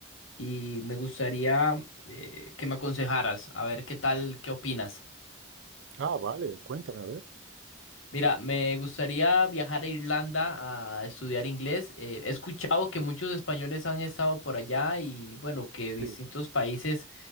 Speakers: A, on the left; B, on the right.
A: y me gustaría eh, que me aconsejaras, a ver qué tal, qué opinas.
B: Ah, vale, cuéntame, a ver.
A: Mira, me gustaría viajar a Irlanda a estudiar inglés. Eh, he escuchado que muchos españoles han estado por allá y bueno, que distintos
B: Sí.
A: países